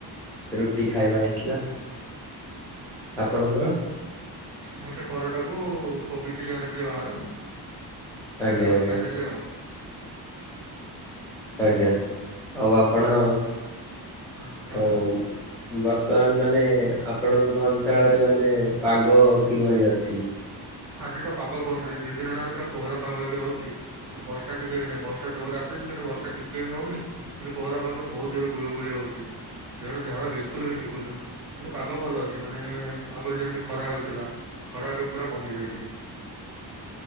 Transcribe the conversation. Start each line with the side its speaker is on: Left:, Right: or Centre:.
Centre: ରୁଟି ଖାଇବା ହେଇଥିଲା। ଆପଣଙ୍କର?
Right: ମୁଁ ସେ ପରଟାକୁ କୋବି ଚିଲି ଆଣିଥିଲି ବାହାରୁ।
Centre: ଆଜ୍ଞା
Right: ସେଟାକୁ
Centre: ଆଜ୍ଞା
Right: ଖାଇଦେଲି ଆଉ।
Centre: ଆଜ୍ଞା। ଆଉ ଆପଣ
Right: ହଁ ଆଜି ହଁ କୁହନ୍ତୁ।
Centre: ଆ ବର୍ତ୍ତମାନ ମାନେ ଆପଣଙ୍କ ଅଞ୍ଚଳରେ ମାନେ ପାଗ କିଭଳି ଅଛି?
Right: ଆଜି ତ ପାଗ କୁହନ୍ତୁନି! ଦି ଦିନ ହେଲାଣି ପୁରା କୋହଲା ପାଗ ହେଇକି ରହୁଛି। ବର୍ଷା ଟିକେ ବି ନାହିଁ ବର୍ଷା ଜୋର ରେ ଆସୁଚି କିନ୍ତୁ ବର୍ଷା ଟିକେ ବି ହଉନି। କିନ୍ତୁ କୋହଲା ପାଗ <inaudible> ବୋହୁତ ଜୋରରେ ଗୁଳୁଗୁଳି ହଉଛି। ଦେହରୁ ଝାଳ ବିଲକୁଲ ବି ଶୁଖୁନି। କିନ୍ତୁ ପାଗ ଭଲ ଅଛି। ମାନେ ଆଗରୁ ଯେମିତି ଖରା ହେଉଥିଲା! ଖରା ଏବେ ପୁରା କମି ଯାଇଛି।